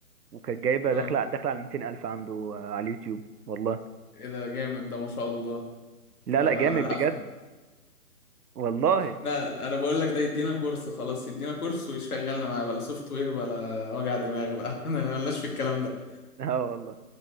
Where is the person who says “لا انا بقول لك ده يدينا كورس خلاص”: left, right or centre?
Left